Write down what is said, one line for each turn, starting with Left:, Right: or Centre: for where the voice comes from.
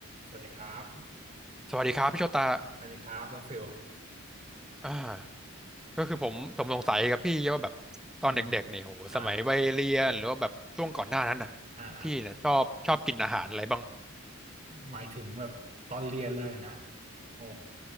Right: สวัสดีครับ
Centre: สวัสดีครับพี่โชตา
Right: สวัสดีครับน้องฟิล
Centre: อ่าก็คือผมผมสงสัยกับพี่ว่าแบบตอนเด็กๆเนี่ยโหสมัยวัยเรียนหรือว่าแบบช่วงก่อนหน้านั้นน่ะ
Right: อืมอ่าอ่าอ่า
Centre: พี่เนี่ยชอบชอบกินอาหารอะไรบ้าง
Right: หมายถึงแบบตอนเรียนเลยนะโอ้